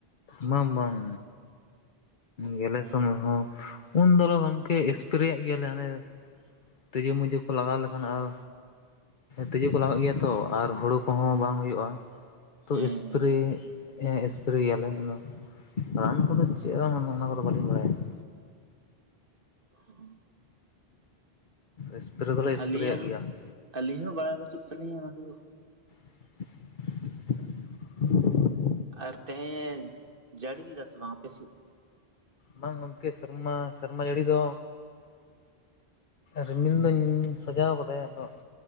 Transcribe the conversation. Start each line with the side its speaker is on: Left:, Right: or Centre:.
Left: ᱵᱟᱝ ᱵᱟᱝ ᱜᱮᱞᱮ
Right: ᱦᱮᱸ
Left: ᱥᱚᱢᱚᱭ ᱦᱚᱸ ᱩᱱ ᱫᱚᱞᱚ ᱜᱚᱝᱠᱮ ᱮᱥᱯᱨᱮᱭᱟᱜ ᱜᱮᱭᱟᱞᱮ ᱦᱟᱱᱮ ᱛᱤᱡᱩ ᱢᱤᱡᱩ ᱠᱚ ᱞᱟᱜᱟᱣ ᱞᱮᱠᱷᱟᱱ ᱟᱨ ᱛᱤᱡᱩ ᱠᱚ ᱞᱟᱜᱟᱜ ᱜᱮᱭᱟ ᱛᱚ ᱟᱨ ᱦᱩᱲᱩ ᱠᱚᱦᱚᱸ ᱵᱟᱝ ᱦᱩᱭᱩᱜᱼᱟ ᱾
Right: ᱦᱮᱸ
Left: ᱛᱚ ᱮᱥᱯᱮᱨᱮ ᱮᱸ ᱮᱥᱯᱮᱨᱮ ᱜᱭᱟᱞᱮ ᱾ ᱨᱟᱱ ᱠᱚᱫᱚ ᱪᱮᱫ ᱨᱟᱱ ᱚᱱᱟ ᱠᱚᱫᱚ ᱵᱟᱹᱞᱤᱧ ᱵᱟᱲᱟᱭᱟ ᱾
Right: ᱚ
Left: ᱮᱥᱯᱨᱮ ᱫᱚᱞᱮ ᱮᱥᱯᱨᱮᱭᱟᱜ
Right: ᱟᱹᱞᱤᱧᱟᱜ
Left: ᱜᱮᱭᱟ ᱾
Right: ᱟᱹᱞᱤᱧ ᱦᱚᱸ ᱵᱟᱲᱟᱭ ᱵᱟᱹᱪᱩᱜ ᱛᱟᱹᱞᱤᱧᱟ ᱚᱱᱟ ᱠᱚᱫᱚ᱾
Left: <inaudible>
Right: ᱟᱨ ᱛᱮᱦᱮᱧ ᱡᱟᱹᱲᱤ ᱞᱮᱫᱟ ᱥᱮ ᱵᱟᱝ ᱟᱯᱮ ᱥᱮᱜ?
Left: ᱵᱟᱝ ᱜᱚᱝᱠᱮ ᱥᱮᱨᱢᱟ ᱥᱮᱨᱢᱟ ᱡᱟᱹᱲᱤ ᱫᱚ ᱨᱤᱢᱤᱞ ᱫᱚᱧ ᱥᱟᱡᱟᱣ ᱠᱟᱫᱟᱭ ᱟᱫᱚ